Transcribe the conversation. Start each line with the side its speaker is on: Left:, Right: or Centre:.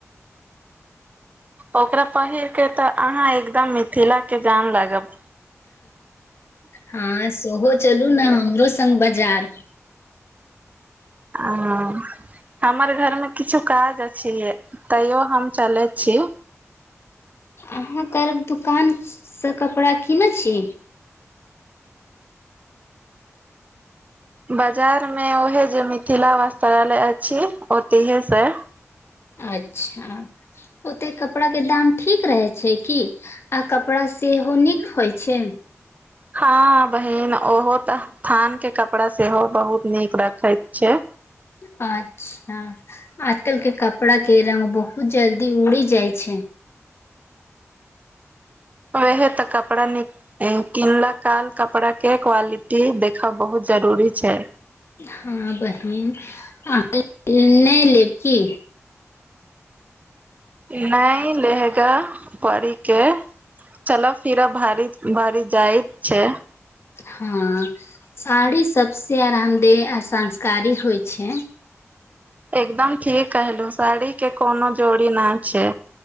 Right: ओकरा पहिर के तऽ अहाँ एकदम मिथिला के जान लागब
Left: हँ सेहो चलू ने हमरो संग बाजार
Right: ह हमर घर मे किछु काज अछिे तैयो हम चले छी
Left: अहाँ त दुकानसँ कपड़ा कीनैत छी
Right: बाजार मे ओहे जे मिथिला वास्त्रालय अछि ओतेहे से
Left: अच्छा ओते कपड़ाक के दाम ठीक रहे छै की आ कपड़ा सेहो नीक होइ छै
Right: हँ बहिन ओहो तऽ थान के कपड़ा सेहो बहुत नीक रखे छै
Left: अच्छा आजकल के कपड़ा के रंग बहुत जल्दी उड़ी जाय छै
Right: ओहे तऽ कपड़ा नीक किनला काल कपड़ा के क्वालिटी देखब बहुत जरूरी छै
Left: हँ बहिन अहाँ नहि लेब की
Right: न लेहगा पड़ी केे चलऽ फिरऽ भारी भार जाय छै
Left: हँ साड़ी सबस आरामदेय आ सास्कारी होइ छै
Right: एकदम ठीक कहलु साड़ी के कोनो जोड़ी न छै